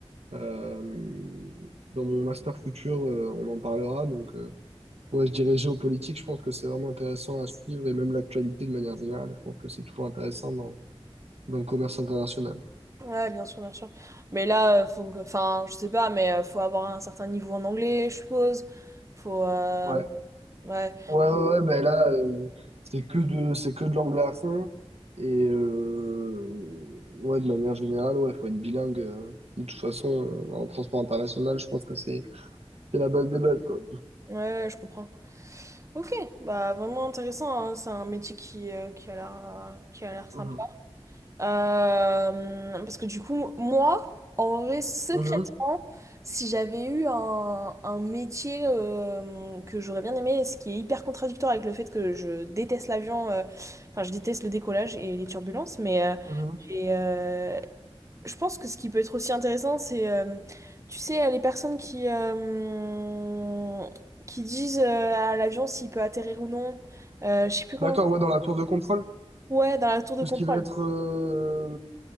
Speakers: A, on the right (about 80°); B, on the right (about 30°).
A: euh, dans mon master futur, euh, on en parlera. Donc, euh, Ouais, je dirais géopolitique, je pense que c'est vraiment intéressant à suivre et même l'actualité de manière générale, je pense que c'est toujours intéressant dans, dans le commerce international.
B: Ouais, bien sûr, bien sûr. Mais là, euh, faut, que- enfin, je sais pas, mais euh, faut avoir un certain niveau en anglais, je suppose. Faut, euh,
A: Ouais,
B: ouais.
A: ouais, ouais, ouais, ben là, euh, c'est que de, c'est que de l'anglais à fond et euh, ouais, de manière générale, ouais, faut être bilingue. euh, de toute façon, euh, en transport international, je pense que c'est c'est la base des bases, quoi.
B: Ouais, ouais, je comprends. Ok, bah vraiment intéressant, hein. C'est un métier qui, euh, qui a l'air euh, qui a l'air sympa.
A: Mhm.
B: Euh, parce que du coup, moi, en vrai, secrètement,
A: Mhm.
B: si j'avais eu un, un métier euh, que j'aurais bien aimé, ce qui est hyper contradictoire avec le fait que je déteste l'avion, euh, enfin je déteste le décollage et les turbulences, mais euh,
A: Mhm.
B: j'ai, euh, je pense que ce qui peut être aussi intéressant, c'est, euh, tu sais, les personnes qui, euh, qui disent euh, à l'avion s'il peut atterrir ou non. Euh, je sais plus comment.
A: D'accord, ouais, dans la tour de contrôle,
B: Ouais, dans la tour de
A: tout
B: contrôle.
A: ce qui va être, euh,